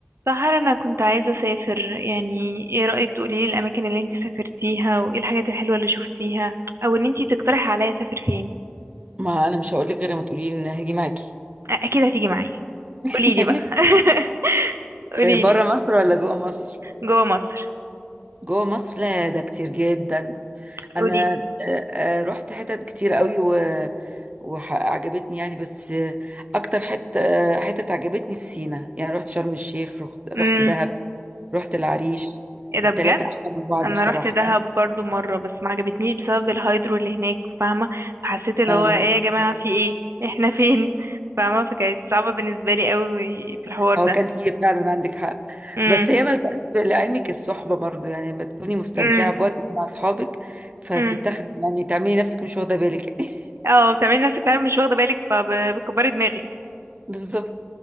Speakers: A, on the right (about 80°); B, on the right (about 35°).
A: سحر انا كنت عايزه اسافر يعني ايه رايك تقولي لي الاماكن اللي انت سافرتيها وايه الحاجات الحلوه اللي شفتيها او ان انت تقترحي عليا اسافر فين
B: ما انا مش هقول لك غير ما تقولي لي ان أنا هاجي معاكي
A: أ- اكيد هتيجي معايا
B: <laughs>
A: قولي لي بقى <laughs> قولي لي
B: بره مصر ولا جوه مصر
A: جوه مصر
B: جوه مصر لا ده كتير جدا
A: قولي
B: انا
A: لي
B: آه، آه، رحت حتت كتير قوي و وعجبتني يعني بس آه، اكتر حته آه، حتت عجبتني في سينا يعني رحت شرم الشيخ رحت رحت
A: امم
B: دهب رحت العريش
A: ايه ده
B: التلاتة
A: بجد
B: احلى من بعض
A: انا
B: بصراحه
A: رحت دهب برضو مره بس ما عجبتنيش بسبب الهايدرو اللي هناك فاهمه فحسيت اللي
B: اه
A: هو ايه يا جماعه في ايه احنا فين <laughs> فاهمه فكانت صعبه بالنسبه لي قوي في الحوار
B: هو
A: ده
B: كان فيه فعلا عندك حق
A: امم
B: بس هي مسألة لعلمك الصحبة برضو يعني لما تكوني مستمتعة
A: امم
B: بوقتك مع أصحابك فبتاخد
A: امم.
B: يعني تعملي نفسك مش واخدة بالك <laughs> يعني
A: اه بتعملي نفسك فعلا مش واخده بالك فبتكبري دماغك
B: بالظبط